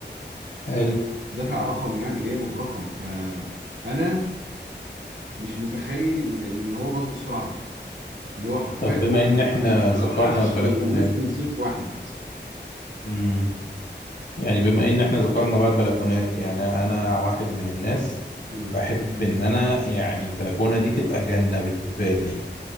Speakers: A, on the left; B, on the right.
A: حلو
B: دافع رقم يعني جايبه برقم فانا مش متخيل ان هو باظ بالسرعه دي. اللي هو حرفيا
A: طب بما
B: ما
A: ان احنا ذكرنا
B: ما قعدش
A: البلكونات
B: موسم صيف واحد
A: امم يعني بما ان احنا ذكرنا بقى البلكونات يعني انا واحد من الناس
B: مم.
A: بحب ان انا يعني البلكونه دي تبقى جنه بالنسبه لي